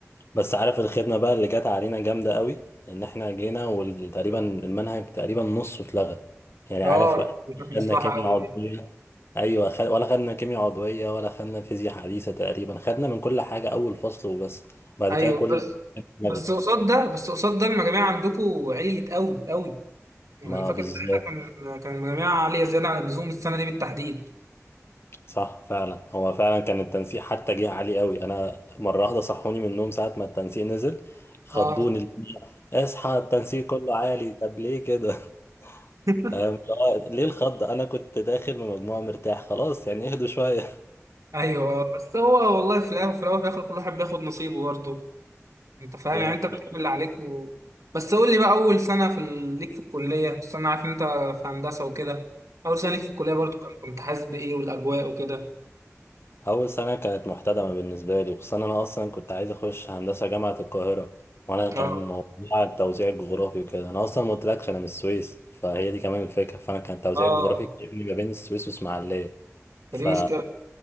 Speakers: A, on the left; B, on the right.
A: بس عارف الخدمة بقى اللي جت علينا جامدة قوي ان احنا جينا وتقريبا المنهج تقريبا نصه اتلغى يعني
B: اه
A: عارف احنا
B: دي كانت مصلحه
A: خدنا كيمياء
B: قوي
A: عضوية
B: دي
A: ايوه خد... ولا خدنا كيمياء عضوية ولا خدنا فيزياء حديثة تقريبا خدنا من كل حاجة اول فصل وبس بعد
B: ايوه
A: كده كل
B: بس
A: حاجة اتلغت
B: بس قصاد ده بس قصاد ده المجاميع عندكم عليت قوي قوي يعني
A: ما
B: انا فاكر
A: بالظبط
B: ساعتها كان كان المجاميع عاليه زياده عن اللزوم السنه دي بالتحديد
A: صح فعلا هو فعلا كان التنسيق حتى جه عالي قوي انا مره واحده صحوني من النوم ساعه ما التنسيق نزل خضوني
B: اه
A: اللي هي اصحى التنسيق كله عالي طب ليه كده <laughs>
B: <laughs>
A: أم، لا، ليه الخض انا كنت داخل بمجموعه مرتاح خلاص يعني اهدوا شويه
B: ايوه آه، بس هو والله في الاخر في الاول في الاخر كل واحد بياخد نصيبه برضه انت فاهم
A: <laughs> يعني
B: يعني انت بتعمل اللي عليك و... بس قول لي بقى اول سنه في ال- ليك في الكليه بس انا عارف إن انت في هندسه وكده اول سنه ليك في الكليه برضه كان- كنت حاسس بايه والاجواء وكده
A: اول سنه كانت محتدمه بالنسبه لي وخصوصا انا اصلا كنت عايز اخش هندسه جامعه القاهره وانا كان
B: اه
A: موضوع التوزيع الجغرافي وكده انا اصلا ما قلتلكش انا من السويس فهي دي كمان الفكره فانا كان التوزيع
B: اه
A: الجغرافي جايبني ما بين السويس واسماعيليه
B: فدي
A: ف
B: مشكله